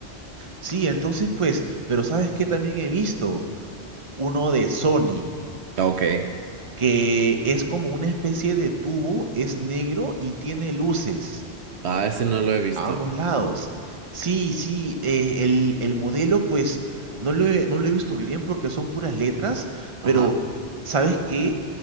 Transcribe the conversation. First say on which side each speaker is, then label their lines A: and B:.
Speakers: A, on the right; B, on the right.
A: Sí, entonces pues, pero ¿sabes qué también he visto? Uno de Sony,
B: Ok.
A: que es como una especie de tubo, es negro y tiene luces.
B: Ah, ese no lo he visto.
A: A ambos lados. Sí, sí, eh, el, el modelo pues no lo he, no lo he visto bien porque son puras letras,
B: Ajá.
A: pero ¿sabes qué?